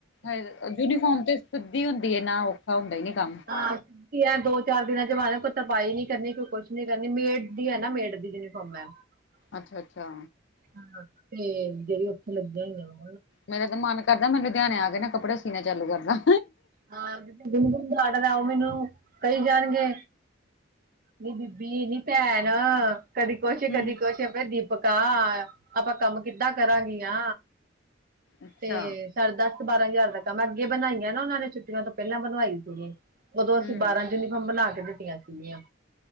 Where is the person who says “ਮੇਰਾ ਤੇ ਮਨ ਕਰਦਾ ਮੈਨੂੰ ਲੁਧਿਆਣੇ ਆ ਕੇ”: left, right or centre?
Left